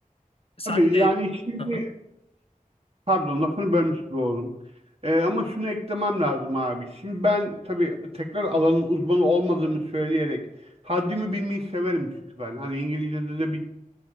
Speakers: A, on the left; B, on the right.
A: Sen
B: Tabii
A: de
B: yani şimdi
A: Aha.
B: pardon lafını bölmüş gibi oldum. E, ama şunu eklemem lazım abi. Şimdi ben tabii tekrar alanın uzmanı olmadığımı söyleyerek haddimi bilmeyi severim çünkü ben. Hani İngilizce'de de bir